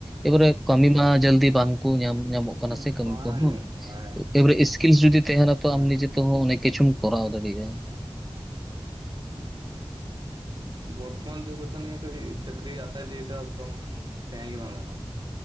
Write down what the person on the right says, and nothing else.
ᱵᱟᱝ
ᱧᱟᱢᱚᱜ ᱠᱟᱱᱟ
ᱦᱮᱸ
ᱦᱮᱸ ᱵᱚᱨᱛᱚᱢᱟᱱ ᱡᱩᱜᱽ ᱨᱮᱫᱚ ᱪᱟᱹᱠᱨᱤ ᱟᱥᱟᱭ ᱫᱚ ᱮᱠᱫᱚᱢ ᱛᱟᱦᱮᱸ ᱜᱮ ᱵᱟᱝ ᱜᱟᱱᱚᱜᱼᱟ ᱾